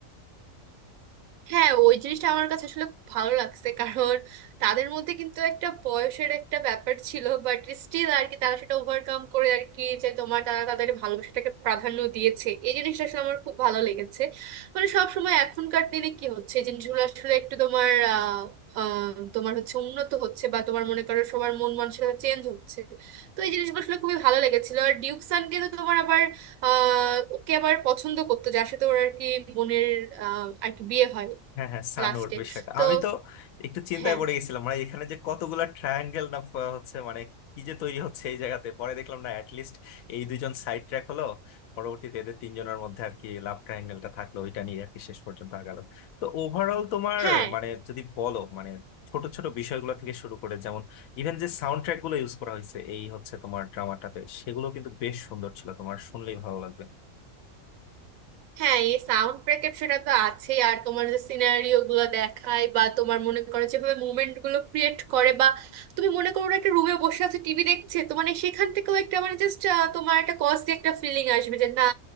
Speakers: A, on the right; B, on the left.
A: হ্যাঁ ওই জিনিসটা আমার কাছে আসলে খুব ভালো লাগছে কারণ তাদের মধ্যে কিন্তু একটা বয়সের একটা ব্যাপার ছিল বাট স্টিল আর কি তারা সেটা ওভারকাম করে আর কি যে তোমার তারা তাদের ভালোবাসাটাকে প্রাধান্য দিয়েছে এই জিনিসটা আসলে আমার খুব ভালো লেগেছে মানে সব সময় এখনকার দিনে কি হচ্ছে এই জিনিসগুলো আসলে একটু তোমার আহ আহ, তোমার হচ্ছে উন্নত হচ্ছে বা তোমার মনে করো সবার মন মানসিকতা চেঞ্জ হচ্ছে তো এই জিনিসগুলো আসলে খুবই ভালো লেগেছিল আর ডিউক সান কিন্তু তোমার আবার আহ ওকে আবার পছন্দ করতো যার সাথে ওর আর কি বোনের আহ, আর কি বিয়ে হয়
B: হ্যাঁ হ্যাঁ সানুর
A: লাস্টে
B: বিষয়টা
A: তো
B: আমি তো একটু চিন্তায়
A: হ্যাঁ
B: পড়ে গেছিলাম মানে এখানে যে কতগুলা ট্রায়াঙ্গেল না ফ- হচ্ছে মানে কি যে তৈরি হচ্ছে এই জায়গাতে পরে দেখলাম না অ্যাটলিস্ট এই দুইজন সাইড ট্র্যাক হলো পরবর্তীতে এদের তিনজনের মধ্যে আর কি লাভ ট্রায়াঙ্গেলটা থাকলো ওইটা নিয়ে আর কি শেষ পর্যন্ত আগালো তো ওভারঅল তোমার
A: হ্যাঁ
B: মানে যদি বলো মানে ছোট ছোট বিষয়গুলো থেকে শুরু করে যেমন ইভেন যে সাউন্ড ট্র্যাক গুলো ইউজ করা হয়েছে এই হচ্ছে তোমার ড্রামাটাতে সেগুলো কিন্তু বেশ সুন্দর ছিল তোমার শুনলেই ভালো লাগবে
A: হ্যাঁ এই সাউন্ড ব্যাকআপ সেটা তো আছেই আর তোমার যে সিনারিও গুলো দেখায় বা তোমার মনে করো যেভাবে মুভমেন্ট গুলো ক্রিয়েট করে বা তুমি মনে করো একটা রুমে বসে আছো টিভি দেখছে তো মানে সেখান থেকেও একটা মানে জাস্ট তোমার একটা কজি একটা ফিলিং আসবে যে না